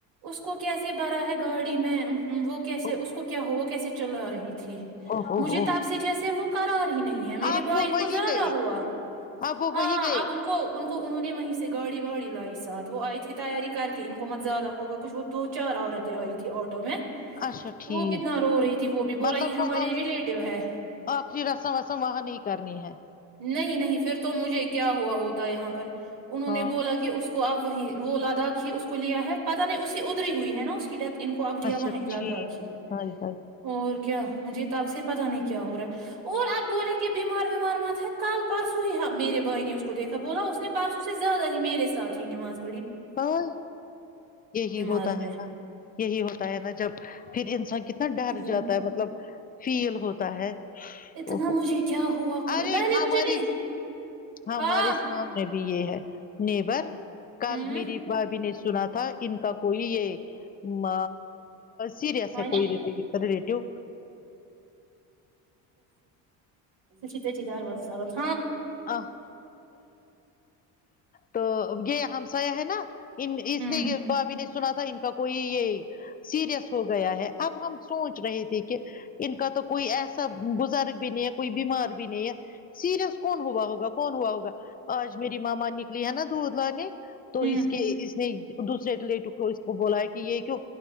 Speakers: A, on the right (about 55°); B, on the left (about 20°).
A: اس کو کیسے برا ہے گاڑی میں وہ کیسے
B: او
A: اس کو کیا ہو وہ کیسے چلا رہی تھی
B: او ہو
A: مجھے
B: ہو
A: تپ سے جیسے وہ کرار ہی نہیں ہے میرے
B: آپ
A: بھائی
B: وہ وہی
A: کو زیادہ
B: گئے
A: ہوا
B: آپ وہ
A: ہاں
B: وہی گئے
A: اپ ان کو ان انوں نے وہیں سے گوڑ واڑی لائی ساتھ وہ آئی تھی تیاری کر کے ان کو مت زیادہ ہوگا کچھ وہ دو چار عورتیں آئی تھی آٹو میں
B: اچھا ٹھیک
A: وہ کتنا رو رہی تھی وہ بھی بولا
B: مطلب
A: یہ
B: وہ
A: ہمارے ریلیٹو ہے
B: آخری رسم وسم وہاہانی ہی کرنی ہے
A: نہیں نہیں پھر تو مجھے کیا ہوا ہوتا یہاں پر انہوں
B: ہاں
A: نے بولا کہ اس کو کو اب وہیں وہ لداخ ہی اس کو لیا ہے پتہ نہیں اس ادھری ہوئی ہے نا اس کی ڈیتھ ان کو اب لیا
B: اچھا
A: وہاں لگا
B: ٹھیک
A: آکھی
B: ہائے ہائے
A: اور کیا مجھے تب سے پتا نہیں کیا ہو رہا ہے اور اب بولیں گے بیمار ومار مت ہے کال پرسوں ہیاں میرے بھائی نے اس کو دیکھا بولا اس نے پرسوں سے زیادہ میر ساتھ یہ نواز
B: ہاں یہی
A: نماز
B: ہوتا
A: میں
B: ہے نا یہی ہوتا ہے نا جب پھر انسان کتنا ڈر
A: یم
B: جاتا ہے مطلب فیل ہوتا ہے
A: اتنا
B: او ہو
A: مجھے کیا ہوا خ
B: ارے
A: پہلے
B: ہماری
A: مجھے نہیں
B: ہمارے
A: ہاں
B: سامنے یہ ہے نیبر کل
A: ہوں
B: میری بھابھی نے سنا تھا کن کا کوئی یہ م سیریئس
A: ہن
B: ہے کوئی ریلیٹیو
A: شت جی دروازہ چ
B: ا تو یہ ہمسا ہے نا ان اس
A: ہوں
B: نے بھابھی نے سنا تھا ان کوئی یہ سیریس ہو گیا ہے اب ہم سوچ رہے تھے کہ ان کا تو کوئی ایسا بزرگ بھی نہیں ہے کوئی بیمار بھی نہیں ہے سیریس کون ہوا ہوگا کون ہوا ہوگا آج میری ماما نکلی ہے نا دودھ لانے تو
A: ہوں
B: اس کے اس نے دوسرےٹلٹک کو اس کو بولا ہے کہ یہ کی